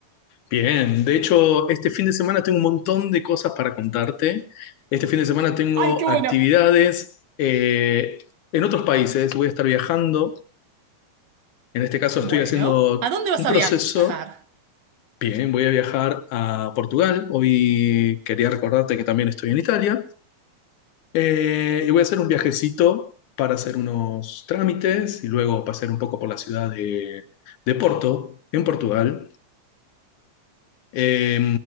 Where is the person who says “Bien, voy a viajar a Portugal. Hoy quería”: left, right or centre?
Left